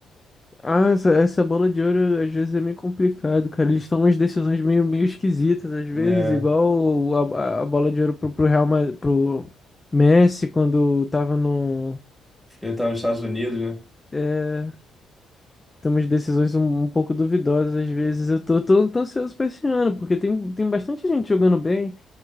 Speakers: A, on the left; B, in the centre.
A: Ah, essa, essa bola de ouro às vezes é meio complicado, cara. Eles tomam umas decisões meio, meio esquisitas, às vezes,
B: Né?
A: igual a, a a bola de ouro pro, pro Real Ma- pro Messi quando tava no.
B: Ele tava nos Estados Unidos, né?
A: É, tem umas decisões um, um pouco duvidosas, às vezes. Eu tô, tô, tô ansioso pra esse ano, porque tem, tem bastante gente jogando bem.